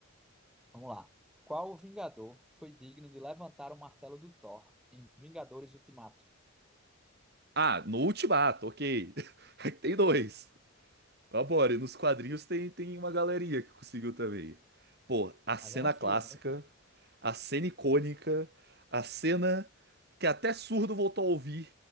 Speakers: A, in the centre; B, on the right.
A: Vamos lá. Qual Vingador foi digno de levantar o martelo do Thor em Vingadores Ultimato?
B: Ah, no Ultimato, ok. <laughs> Tem dois. Mas bora, e nos quadrinhos tem, tem uma galeria que conseguiu também. Pô, a cena
A: Mas é no filme,
B: clássica,
A: né?
B: a cena icônica, a cena que até surdo voltou a ouvir